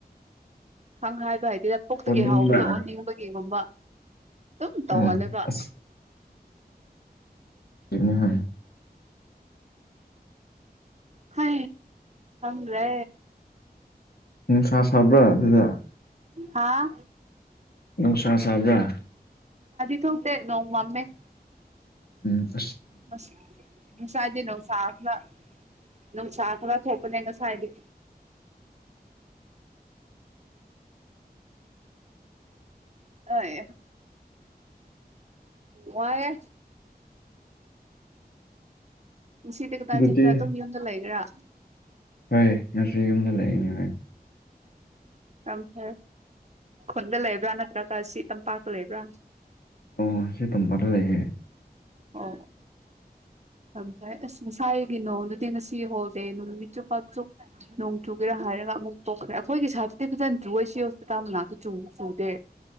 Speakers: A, on the right (about 45°); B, on the left (about 70°).
A: ꯈꯪ ꯍꯥꯏꯕ ꯍꯥꯏ ꯍꯗ ꯄꯨꯣꯛꯛꯇꯒꯤ
B: ꯑꯣꯅꯤꯡꯕ꯭ꯔꯥ
A: ꯍꯥꯎꯕꯗꯣ ꯑꯣꯟꯅꯤꯡꯕꯒꯤꯒꯨꯝꯕ ꯑꯗꯨꯝ ꯇꯧꯒꯂꯕ
B: ꯑꯣ ꯑꯁ ꯀꯅꯤ ꯍ
A: ꯍ ꯈ꯭ꯔꯦ
B: ꯅꯨꯡꯁꯥ ꯁꯥꯕ꯭ꯔꯥ ꯑꯗꯨꯗ
A: ꯍꯥꯥ
B: ꯅꯨꯡꯁꯥ ꯁꯥꯕ꯭ꯔꯥ
A: ꯇꯇꯦ ꯅꯣ ꯃꯃꯦ
B: ꯎꯝ ꯐ
A: ꯃꯁ ꯃꯁꯥꯏꯗꯦ ꯅ ꯁꯥꯈꯂ ꯅꯪ ꯆ ꯈꯔ ꯊꯣꯄꯅꯦ ꯌꯦꯒꯁ ꯍꯥꯏꯗꯤ ꯍꯣꯏ ꯋꯥꯏ ꯁꯤꯗꯤ ꯀꯗꯥ
B: ꯑꯗꯨꯗꯤ
A: ꯆꯠꯀ꯭ꯔꯥ ꯑꯗꯨꯣꯝ ꯃꯤ ꯌꯣꯟꯗ ꯂꯩꯕ꯭ꯔꯥ
B: ꯍꯣꯏ ꯉꯁꯤ ꯌꯨꯝꯗ ꯂꯩꯅꯤ ꯍꯣꯏ
A: ꯑꯦꯝ ꯐ ꯈꯨꯟꯗ ꯂꯩꯕ꯭ꯔꯥ ꯅꯠꯇ꯭ꯔꯒ ꯁꯤ ꯇꯝꯄꯥꯛꯇ ꯂꯩꯕ꯭ꯔꯥ
B: ꯑꯣ ꯁꯤ ꯑꯗꯨꯕꯥꯗ ꯂꯩꯌꯦꯦ
A: ꯍ ꯑꯝꯥꯏ ꯑꯁ ꯉꯁꯥꯏꯒꯤ ꯅꯣꯡꯗꯨꯗꯤ ꯉꯁꯤ ꯍꯣꯜꯗꯦ ꯅꯨꯅꯨꯡꯃꯤꯠ ꯆꯨꯞꯄꯥ ꯆ ꯅꯣꯡ ꯆꯨꯒꯦꯔꯥ ꯍꯥꯏꯔꯒ ꯑꯃꯨꯛ ꯇꯣꯛꯈ꯭ꯔꯦ ꯑꯩꯈꯣꯏꯒꯤ ꯁꯥꯏꯠꯇꯤ ꯐꯖꯅ ꯆꯨꯁꯤ ꯍꯣꯁꯄꯤꯇꯥꯜ ꯃꯅꯥꯛꯇ ꯆꯨꯕ ꯆꯨꯗꯦ